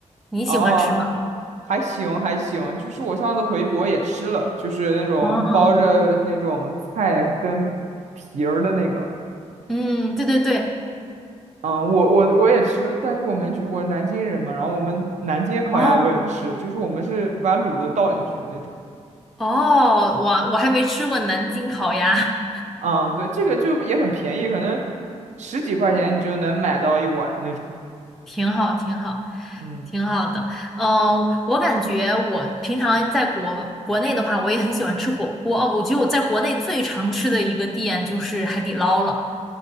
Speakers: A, in the centre; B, on the right.
A: 你喜欢吃吗？
B: 哦，还行还行，就是我上次回国也吃了，就是那种包着那种菜跟皮儿的那个。
A: 哦，嗯，对对对，
B: 嗯，我我我也吃，但是我们就是我是南京人嘛，然后我们南京烤鸭我也吃，
A: 哦，
B: 就是我们是把卤的倒进去的那种。
A: 哦，我我还没吃过南京烤鸭，<laughs>
B: 嗯，对，这个就也很便宜，可能十几块钱你就能买到一碗那种。
A: 挺好，挺好，
B: 嗯，
A: 挺好的。嗯，我感觉我平常在国国内的话，我也很喜欢吃火锅。哦，我觉得我在国内最常吃的一个店就是海底捞了。